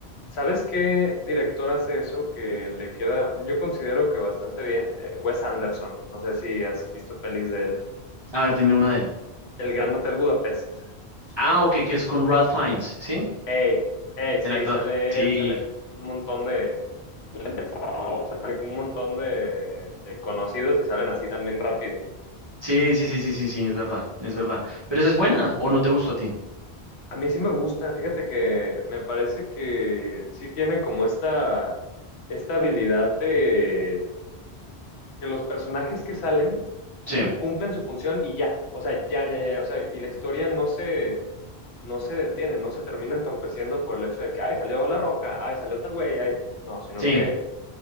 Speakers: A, on the left; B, on the right.
A: ¿Sabes qué director hace eso que le queda, yo considero que bastante bien? Eh, Wes Anderson. No sé si has visto pelis de él.
B: A ver, dime una de él.
A: El Gran Hotel Budapest.
B: Ah, ok, que es con Ralph Fiennes, ¿sí?
A: Ey, ey, sí,
B: El actor.
A: sale
B: Sí,
A: él, sale un montón de, o sea, sale un montón de, de conocidos y salen así también rápido.
B: sí, sí, sí, sí, sí, sí, es verdad, es verdad. Pero esa es buena, ¿o no te gustó a ti?
A: A mí sí me gusta, fíjate que me parece que sí tiene como esta, esta habilidad de que los personajes que salen como
B: Sí,
A: que cumplen su función y ya, o sea, ya, ya, ya, o sea, y la historia no se, no se detiene, no se termina entorpeciendo por el hecho de que, ay, salió La Roca, ay, salió tal güey, ay, no, sino
B: sí,
A: que